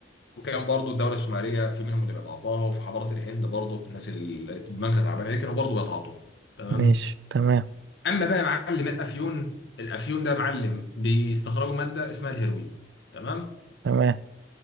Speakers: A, on the left; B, on the right.
A: وكان برضو الدولة السومرية في منهم اللي بيتعاطاها وفي حضارة الهند برضو الناس اللي دماغها تعبانة دي كانوا برضو بيتعاطوها تمام
B: ماشي تمام
A: أما بقى معلم الأفيون الأفيون ده معلم بيستخرجوا مادة اسمها الهيروين تمام
B: تمام